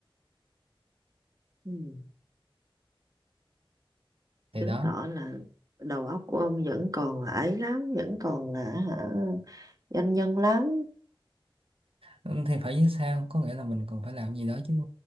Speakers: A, on the right; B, on the right.
A: ừ.
B: thì
A: chứng
B: đó
A: tỏ là đầu óc của ông vẫn còn là ấy lắm vẫn còn là hả doanh nhân lắm
B: Ừ, thì phải chứ sao có nghĩa là mình còn phải làm gì đó chứ